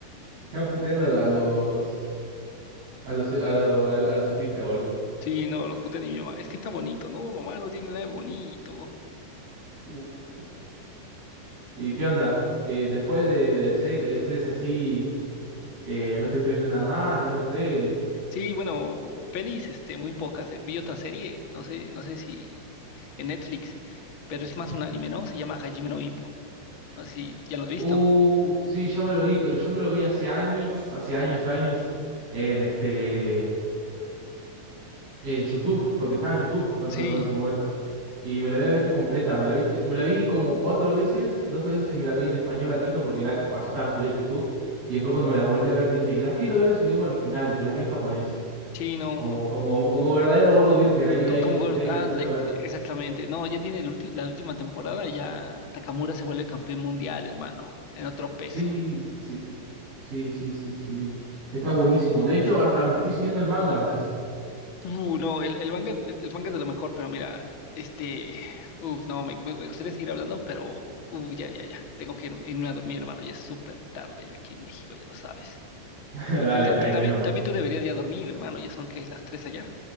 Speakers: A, on the right (about 50°); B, on the left (about 65°).
A: están puteando a los, a los, a los, a los, a los autistas, boludo.
B: Sí, no, los putean y mi mamá, es que está bonito. No, mamá, no tiene nada de bonito.
A: Uf, uf. ¿Y qué onda? Eh, después de, de, serie- de series así, eh, ¿no estuviste viendo nada más, ninguna peli?
B: Sí, bueno, pe- pelis, este, muy pocas. eh, Vi otra serie, no sé, no sé si en Netflix, pero es más un anime, ¿no? Se llama Hajime no Ippo. No sé si ya lo has visto.
A: Uh, sí, yo me lo vi, pero yo me lo vi hace años, hace años, años, en este, en YouTube, porque estaba en YouTube con
B: Sí,
A: su- con en su momento. Y me la había visto completa, me la vi, me la vi como cuatro veces, 12 veces y me la vi en español latino porque la- así estaba subida en YouTube. Y después cuando me las volví a ver dije, las quiero ver en su idioma original y me las vi en japonés.
B: sí, no.
A: Como, como, como verdadero gordo virgen, ahí,
B: Co-
A: ahí
B: Como
A: me senté
B: Gord-
A: y me
B: ándale,
A: la puse a ver.
B: exactamente. No, ya tiene el ulti- la última temporada, ya Takamura se vuelve campeón mundial, hermano, en otro peso.
A: Sí, sí, sí, sí, sí, sí. Está buenísimo. De hecho, hasta me estoy siguiendo el manga a veces.
B: Uh, no, el, el manga, el manga es de lo mejor, pero mira, este, uf, no, me, me- me gustaría seguir hablando, pero, uf, ya, ya, ya, tengo que irme, irme a dormir, hermano, ya es súper tarde ya aquí en México, ya lo sabes.
A: <laughs>
B: Y,
A: Dale,
B: y ta-
A: tranqui,
B: ta- también,
A: no.
B: también tú deberías ya dormir, hermano, ya son que las tres allá.